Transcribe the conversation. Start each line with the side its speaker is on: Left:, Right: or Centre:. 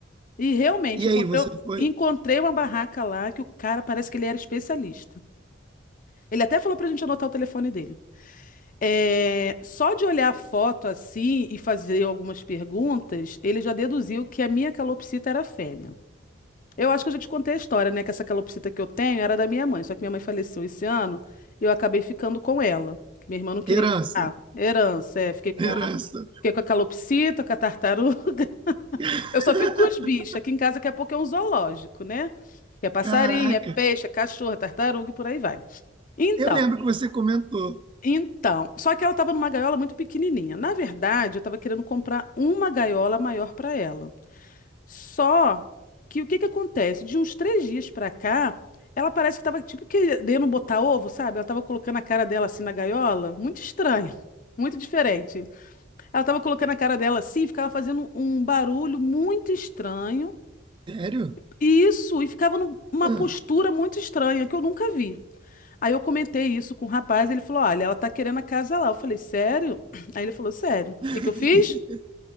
Left: E realmente,
Right: E
Left: encontrei,
Right: aí, você foi?
Left: encontrei uma barraca lá que o cara parece que ele era especialista. Ele até falou pra gente anotar o telefone dele. É, só de olhar a foto assim e fazer algumas perguntas, ele já deduziu que a minha calopsita era fêmea. Eu acho que eu já te contei a história, né? Que essa calopsita que eu tenho era da minha mãe, só que minha mãe faleceu esse ano e eu acabei ficando com ela. Que minha irmã não queria.
Right: Herança,
Left: Ah, herança, é. Fiquei com
Right: herança.
Left: a, fiquei com a calopsita, com a tartaruga.
Right: <laughs>
Left: Eu só fico com os bichos. Aqui em casa, daqui a pouco é um zoológico, né? Que é passarinho,
Right: Caraca,
Left: é peixe, é cachorro, é tartaruga e por aí vai. Então,
Right: eu lembro que você comentou.
Left: então. Só que ela estava numa gaiola muito pequenininha. Na verdade, eu estava querendo comprar uma gaiola maior para ela. Só que o que que acontece? De uns três dias para cá, ela parece que estava tipo querendo botar ovo, sabe? Ela estava colocando a cara dela assim na gaiola. Muito estranho. Muito diferente. Ela estava colocando a cara dela assim, e ficava fazendo um barulho muito estranho.
Right: Sério?
Left: Isso, e ficava numa
Right: Ah,
Left: postura muito estranha, que eu nunca vi. Aí eu comentei isso com o rapaz, ele falou: Olha, ela tá querendo a casa lá. Eu falei: Sério? <clears throat> Aí ele falou: Sério. O
Right: <laughs>
Left: que que eu fiz?